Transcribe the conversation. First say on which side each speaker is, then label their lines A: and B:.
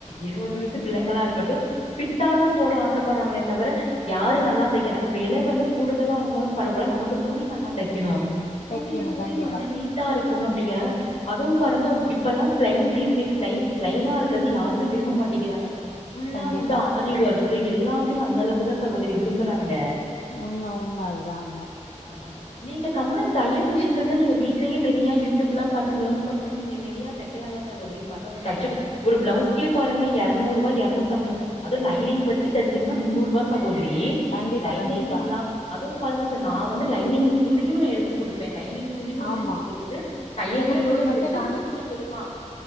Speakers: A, on the left; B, on the left.
A: இருவது
B: ம்
A: வயசு பிள்ளைங்களாகனகட்டு ஃபிட்டா தா போட ஆசைப்படுறாங்களே தவிர யாரு நல்லா தெக்கிறாங்க வெல வந்து கூடுதலாருந்தாலு பரவால்ல நமக்கு துணி நல்லா தெக்கணு துணி
B: தைக்கணு
A: துணிய
B: கண்டிப்பா
A: வந்து நீட் டாருக்கணு அப்புடிங்கறாங்க அதுவும் பாருங்க இப்பெல்லா பிளைன் டிசி பிளைன் பிளைனா இருக்றத யாருமே விரும்ப மாட் டிங்கிறாங்க ஃபுல்லா
B: கண்டிப்பா
A: வந்து ஆரி ஒர்க்கு எல்லாமே அந்த அளவுக்கு தா சகோதரி விரும்புறாங்க
B: உண்ம உண்ம அதுதாங்க
A: ஆன நீங்க கம்னு தையல் மிஷின் இருந்தா நீ வீட்லயே நிறியா யுடியூப் பாத்து நிறையா லெர்ன் பண்ணிட்டு நீங்க நெறைய தக்கலால சகோதரி மத்தவங்க தச்சு ஒரு ப்ளவுஸ் கேப் பாருங்க எரநூறு ரூபா எரநூத்தி அம்பது அது லைனிங் வச்சச்சிங்னா முன்னூறு ரூவா சகோதரி
B: கண்டிப்பா கண்டிப்பா.
A: னிங் இல்லாம் அதும் பாருங்க சார் நா வந்து லைனிங் துணியு. எடுத்து குடுப்பே லைனிங் துணியுனு
B: ஆமா.
A: நா எடுத்துக்குடுத்து தைய
B: தையக்கூலி
A: கூலியோட
B: மட்டும்
A: சேத்து
B: ரூ.
A: முன்னூத்தம்பது ருபா